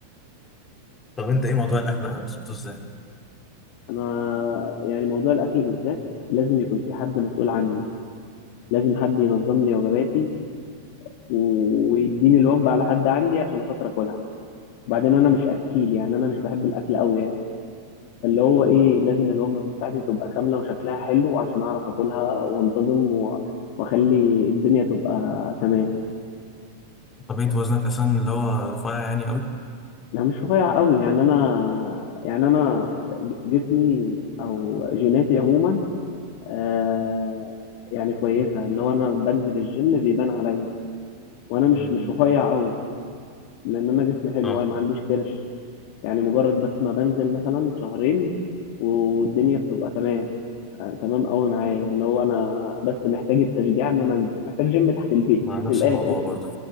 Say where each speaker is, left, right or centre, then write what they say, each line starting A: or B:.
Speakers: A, on the left; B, on the left.
A: طب انت ايه موضوع الاكل ده بتظبطه ازاي
B: انا يعني موضوع الاكل بالذات لازم يكون في حد مسؤول عني لازم حد ينظم لي وجباتي و- ويديني الوجبه على حد عندي عشان خاطر اكلها وبعدين انا مش اكيل يعني انا مش بحب الاكل قوي يعني فاللي هو ايه لازم الوجبه بتاعتي تبقى كامله وشكلها حلو عشان اعرف اكلها وانتظم و- واخلي الدنيا تبقى تمام
A: طبيعة وزنك أساسا اللي هو رفيع يعني قوي
B: لا مش رفيع قوي يعني انا يعني انا جسمي او جيناتي عموما آه يعني كويسه اللي هو انا بنزل الجيم بيبان عليا وانا مش
A: مم.
B: مش رفيع قوي لان انا جسمي حلو
A: اه
B: وانا ما عنديش كرش يعني مجرد بس ما بنزل مثلا شهرين والدنيا بتبقى تمام آه تمام قوي معايا اللي هو انا بس محتاج التشجيع ان انا انزل محتاج جيم تحت البيت
A: مع نفس
B: من الاخر
A: الموضوع برضه